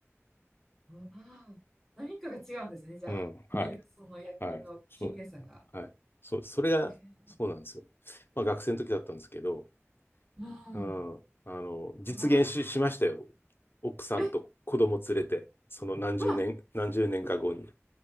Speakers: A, in the centre; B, on the left (about 50°).
A: わあ、何かが違うんですね、じゃあ。
B: うん。はい。
A: 見るその夜景の綺麗さが。
B: はい。そう。はい。そう。それが、
A: へえ
B: そうなんですよ。まあ学生の時だったんですけど、
A: うん。
B: うん。あの、実現し、
A: わ
B: しましたよ。
A: あ。
B: 奥さんと子供連れて、
A: え、う
B: その何十年、
A: わ、
B: 何十年か後に。